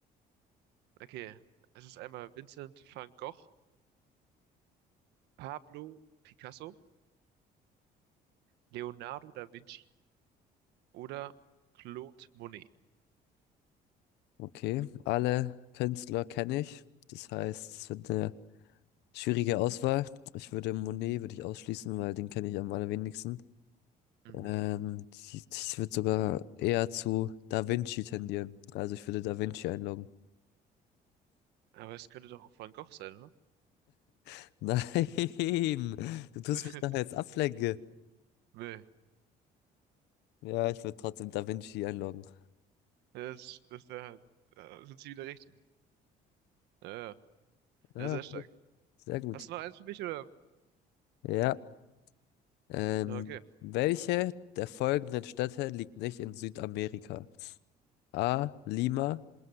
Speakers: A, on the right (about 80°); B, on the left (about 90°).
A: Okay, es ist einmal Vincent van Gogh, Pablo Picasso, Leonardo da Vinci oder Claude Monet.
B: Okay, alle Künstler kenne ich. Das heißt, es wird eine schwierige Auswahl. Ich würde Monet würde ich ausschließen, weil den kenne ich am allerwenigsten.
A: Mhm.
B: Ähm, ich, ich würde sogar eher zu Da Vinci tendieren. Also ich würde Da Vinci einloggen.
A: Aber es könnte doch auch Van Gogh sein, oder?
B: <laughs> Nein, du tust
A: <laughs>
B: mich nachher jetzt ablenken.
A: Nee,
B: Ja, ich würde trotzdem Da Vinci einloggen.
A: das, das da, da sind sie wieder richtig. Ja, ja,
B: Ja,
A: Ja, sehr
B: okay.
A: stark.
B: Sehr gut.
A: Hast du noch eins für mich oder?
B: Ja. Ähm,
A: Na, okay.
B: welche der folgenden Städte liegt nicht in Südamerika? A. Lima.